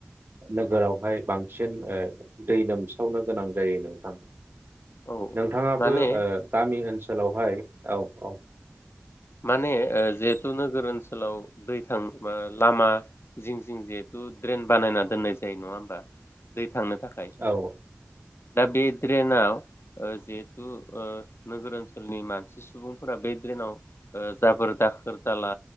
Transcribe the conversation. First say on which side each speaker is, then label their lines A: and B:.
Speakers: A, on the right; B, on the left.
A: नोगोरावहाय बांसिन ओ दै लोमसावनो गोनां जायो नोंथां।
B: औ
A: नोंथाङाबो
B: माने
A: ओ गामि ओनसोलावहाय औ औ
B: माने ओ जिहेथु नोगोर ओनसोलाव दै थां मा लामा जिं जिं जिहेथु ड्रेन बानायना दोननाय जायो नङा होमबा। दै थांनो थाखाय
A: औ
B: दा बे ड्रेनाव ओ जिहेथु ओ नोगोर ओनसोलनि मानसि सुबुंफोरा बे ड्रेनाव ओ जाबोर दाखोर दाला